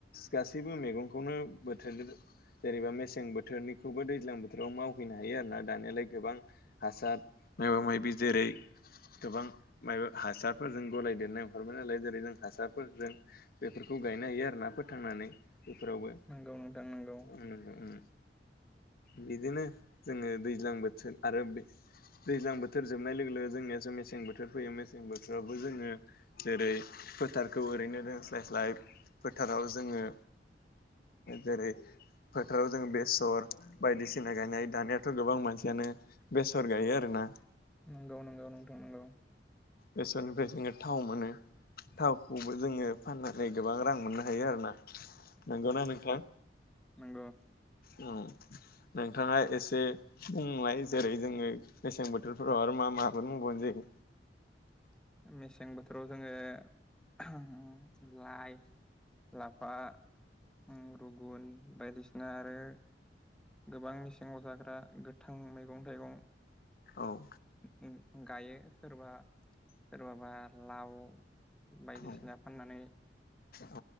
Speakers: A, on the left; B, in the centre.
A: गासैबो मेगंखौनो बोथोर जेरैबा मेसें बोथोरनिखौबो दैज्लां बोथोराव मावहैनो हायो आरो ना दानियालाय गोबां हासार मायबा मायबि जेरै गोबां मायबा हासारफोरजों गलाय देरनाय अखारबाय नालाय। जेरै जों हासार फोरजों बेफोरखौ गायनो हायो आरो ना फोथांनानै। बेफोरावबो
B: नंगौ नोंथां नंगौ
A: उम उम।
B: <unintelligible>
A: बिदिनो जोङो दैज्लां बोथोर आरो बे दैज्लां बोथोर जोबनाय लोगो लोगो जोंनियासो मेसें बोथोर फैयो मेसें बोथोरावबो जोङो जेरै फोथार खौ ओरैनो दोंस्लाय स्लाय फोथाराव जोङो जेरै फोथाराव जों बेसर बायदिसिना गायनाय दानियाथ' गोबां मानसियानो बेसर गायो आरो ना
B: नंगौ नंगौ नोंथां नंगौ।
A: बेसरनिफ्राय जोङो थाव मोनो। थावखौबो जोङो फानना नै गोबां रां मोननो हायो आरो ना। नंगौ ना नोंथां?
B: नंगौ
A: उम। नोंथाङा एसे बुंलाय जेरै जोङो मेसें बोथोरफ्राव आरो मा मा माबाद मावबावनाय जायो?
B: मेसें बोथोराव जोङो <unintelligible> लाइ लाफा उम रुगुन बायदिसिना आरो गोबां मेसेङाव जाग्रा गोथां मैगं थाइगं
A: औ।
B: <unintelligible> गायो सोरबा सोरबाबा लाव बायदिसिना
A: औ
B: फाननानै
A: औ